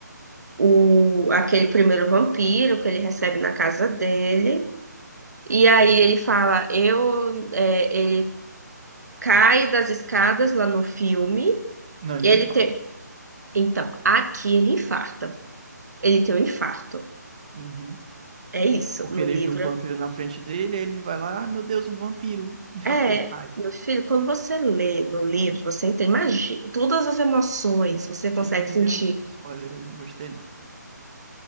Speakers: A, on the right; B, on the right.
A: o, aquele primeiro vampiro que ele recebe na casa dele. E aí ele fala, eu, é, ele cai das escadas lá no filme.
B: Não, ele
A: E
B: não
A: ele
B: infarta.
A: tem. Então, aqui ele infarta. Ele tem um infarto.
B: Uhum.
A: É isso,
B: Porque
A: no
B: ele
A: livro.
B: viu um vampiro na frente dele, aí ele vai lá, ah, meu Deus, um vampiro. Infartei.
A: É,
B: Ai,
A: meu filho, quando você lê no livro, você entende, imagina, todas as emoções você consegue
B: você já me
A: sentir.
B: deu um spoiler aí, não gostei não.